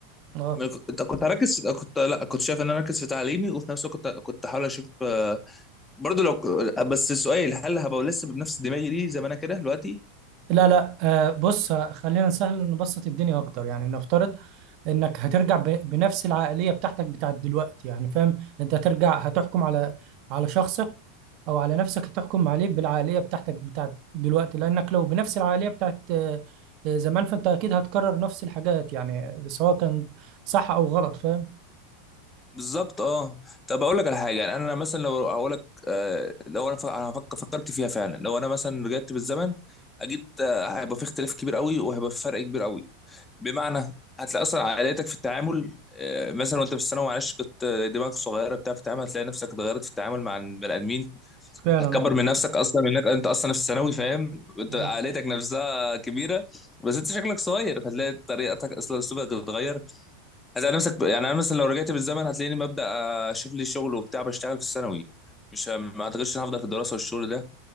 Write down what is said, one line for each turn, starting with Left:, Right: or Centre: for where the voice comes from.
Right: اه
Left: ما ك- أنت كنت هركز كنت لا كنت شايف إن أنا أركز في تعليمي وفي نفس الوقت كنت كنت أحاول أشوف آه، برضه لو ك- بس سؤال هل هبقى لسه بنفس دماغي دي زي ما أنا كده دلوقتي
Right: لا لا آه، بص آه، خلينا نسهل نبسط الدنيا اكتر يعني نفترض انك هترجع ب- بنفس العقلية بتاعتك بتاعت دلوقتي يعني فاهم انت هترجع هتحكم على على شخصك او على نفسك هتحكم عليه بالعقليه بتاعتك بتاعت دلوقتي لانك لو بنفس العقليه بتاعت آه، آه، زمان فانت اكيد هتكرر نفس الحاجات يعني سواء كان صح او غلط فاهم
Left: بالظبط اه طب اقول لك على حاجه يعني انا مثلا لو هقول لك آه، لو انا ف- أنا هفكر فكرت فيها فعلا لو انا مثلا رجعت بالزمن اكيد آه، هيبقى في اختلاف كبير قوي وهيبقى في فرق كبير قوي بمعنى هتلاقي اصلا عائلتك في التعامل آه، مثلا وانت في الثانوي معلش كنت آه، دماغك صغيره بتاع في التعامل هتلاقي نفسك اتغيرت في التعامل مع البني ادمين
Right: فعلا
Left: هتكبر
Right: اه
Left: من نفسك اصلا منك انت اصلا في الثانوي فاهم انت
Right: آه.
Left: عائلتك نفسها كبيره بس انت شكلك صغير فهتلاقي طريقتك اصلا اسلوبك اتغير عايز نفسك يعني انا مثلا لو رجعت بالزمن هتلاقيني ببدا اشوف لي شغل وبتاع بشتغل في الثانوي مش ه- ما اعتقدش ان هفضل في الدراسه والشغل ده